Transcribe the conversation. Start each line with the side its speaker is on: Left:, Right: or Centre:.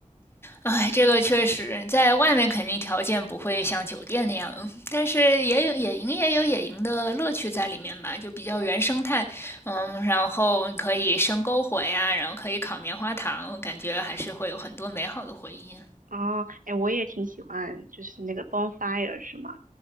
Left: 哎，这个确实，在外面肯定条件不会像酒店那样，但是也有野营也有野营的乐趣在里面吧，就比较原生态。嗯，然后你可以生篝火呀，然后可以烤棉花糖，感觉还是会有很多美好的回忆。
Right: 啊，哎，我也挺喜欢，就是那个 bonfire 是吗？